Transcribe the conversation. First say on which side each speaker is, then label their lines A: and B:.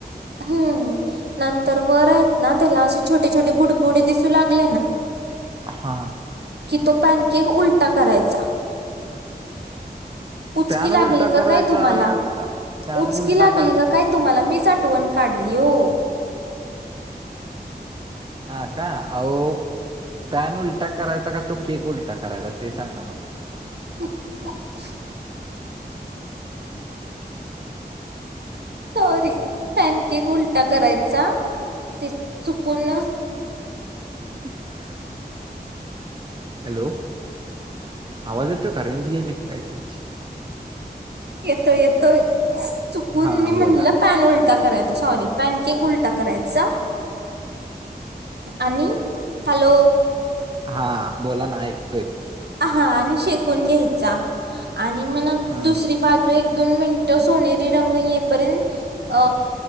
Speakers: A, on the right; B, on the right.
A: हम्म नंतर वर आहेत ना त्याला असे छोटे छोटे बुडबुडी लाग
B: हां.
A: त पनक उल. ा करायचा उचकी
B: पॅन
A: लागली
B: उलटा
A: का
B: करायचा
A: काय तुम्हाला
B: का पॅन
A: उचकी
B: उलटा
A: लागली
B: कर
A: का? काय तुम्हाला मीच आठवण काढली हो.
B: हा का आ. पॅन उलटा करायचा का तो केक उलटा करायचा ते सांगा मला
A: <unintelligible> <inaudible> सॉरी पॅनकक उलटा करायचा ते चुकून
B: ह हॅलो आवाज येतो कारेंज घयलयतची
A: येतो येतो चुकून
B: हा
A: मी म्हणलं
B: बोला
A: पॅन उलटा करायचा सॉरी पॅन केक उलटा करायचा आणि हॅलो
B: हा बोला ना ऐकतोय
A: हा आणि शेकून घ्यायचा आणि म
B: हम्म,
A: दुसरी बा ो एक दोन मिनिटं सोनेरी रंग येपर्यंत अ